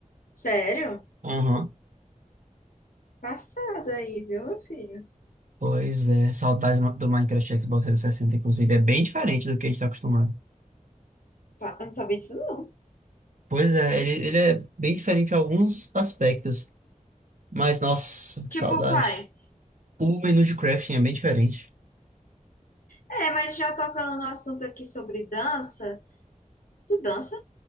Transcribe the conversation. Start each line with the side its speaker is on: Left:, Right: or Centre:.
Left: Sério?
Right: Aham.
Left: Passado aí, viu, meu filho?
Right: Pois é, saudades do Minecraft e Xbox 360, inclusive. É bem diferente do que a gente está acostumado.
Left: Pa- Eu não sabia disso, não.
Right: Pois é, ele, ele é bem diferente em alguns aspectos. Mas, nossa, que
Left: Tipo
Right: saudade.
Left: quais?
Right: O menu de crafting é bem diferente.
Left: É, mas já tocando no assunto aqui sobre dança. Tu dança?